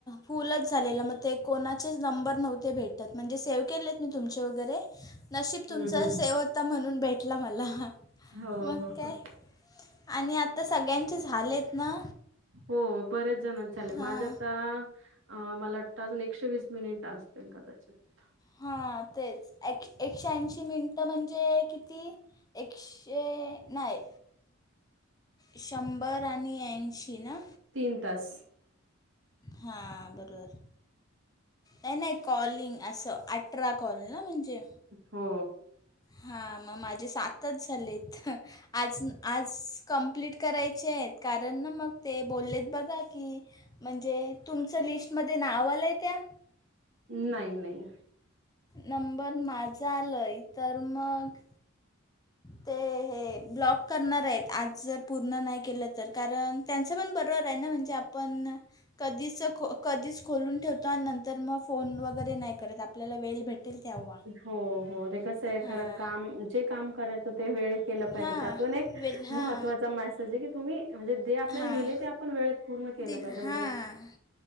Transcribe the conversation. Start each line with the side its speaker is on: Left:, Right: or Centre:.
Left: फुल्लच झालेलं मग ते कोणाचेच नंबर नव्हते भेटत, म्हणजे सेव्ह केले. तुमचे वगैरे नशीब
Right: हं,
Left: तुमचं
Right: हं.
Left: शेवटचं म्हणून भेटलं मला,
Right: हो
Left: मग
Right: हो
Left: काय
Right: हो
Left: आणि आता सगळ्यांचे झालेत ना
Right: हो बरेच जणांचे झाले
Left: हां
Right: माझे आता अ मला <inaudible> एकशे वीस मिनिटं असतील कदाचित
Left: हा तेच एक एकशे ऐंशी मिनिटं म्हणजे किती एकशे नाही शंभर आणि ऐंशी ना
Right: तीन तास
Left: हा बरोबर नाही, नाही कॉलिंग असं अठरा कॉल ना म्हणजे
Right: होतो
Left: हा मग माझे सातच झालेत आज आज कंप्लीट करायचे आहेत कारण ना मग ते बोललेत बघा की म्हणजे तुमचं लिस्टमध्ये नाव आलंय त्या
Right: नाही नाही
Left: नंबर माझा आलाय तर मग ते हे ब्लॉक करणार आहेत आज जर पुर्ण नाही केलं तर कारण त्यांच पण बरोबर आहे ना म्हणजे आपण कधीच खो कधीच खोलून ठेवतो आणि नंतर मग फोन वगैरे नाही करत आपल्याला वेळ भेटेल तेव्हा
Right: हो हो ते कसं आहे
Left: हां
Right: खरं काम जे काम करायचं ते होत केलं पाहिजे
Left: हां
Right: त्यातून एक
Left: वेल हां
Right: महत्त्वाचा मेसेज आहे की तुम्ही रोज जे आपल्याला
Left: हां
Right: दिले ते आपण वेळेत पूर्ण केलं
Left: दिल
Right: पाहिजे त्यामध्ये
Left: हां